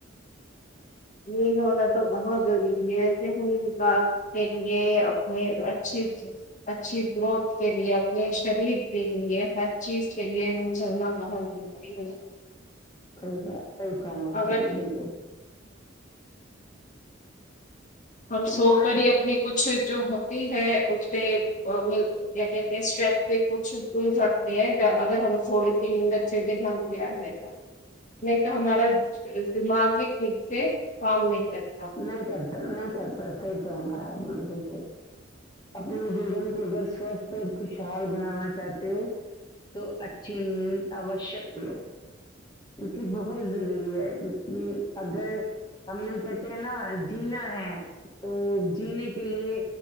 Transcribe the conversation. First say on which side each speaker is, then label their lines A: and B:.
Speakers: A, on the left; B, on the left.
A: ن ہونا تو بہت ضروری ہےسے م با کے لیے اپنے اچھی اچھی گروتھ کے لیے اپنے شریر کے لیے ہر چیز کے لیے م ہوھونا بہت ضروری ہے
B: ہو جا <unintelligible> صحی فانوایا
A: اگر
B: آپ نے بالکل
A: ہم
B: یہ
A: سو
B: مان
A: کر ہی اپنے کچھ جو ہوتی ہے اس پہ کیا کہتے اسٹریس پہ کچھ دور رکھتے ہیں اگر ہمیں تھوڑی سید اچے سے ڈنگ لے آ جائے گا نہیں تو ہمارا دماغی سے کام نہیں کرتا
B: نہیںٹ <unintelligible> نہیں کرتا صحیح کہنا ہے مطلب اپنے جین کو اگر سوستھ اور خوشحال بنانا چاہتے ہو تو اچھی نیند آوشک لو کیہ بہت ضروری ہے کیک اگر ہم نے کہ نا جینا ہے تو جینے کے لیے